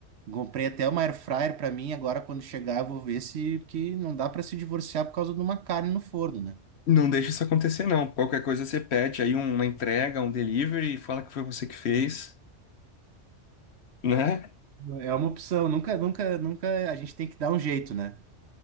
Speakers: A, on the right (about 70°); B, on the left (about 65°).
A: Comprei até uma air fryer pra mim, agora quando chegar eu vou ver se que não dá pra se divorciar por causa de uma carne no forno, né?
B: Não deixa isso acontecer, não. Qualquer coisa você pede aí uma entrega, um delivery e fala que foi você que fez, né?
A: É uma opção, nunca, nunca, nunca a gente tem que dar um jeito, né?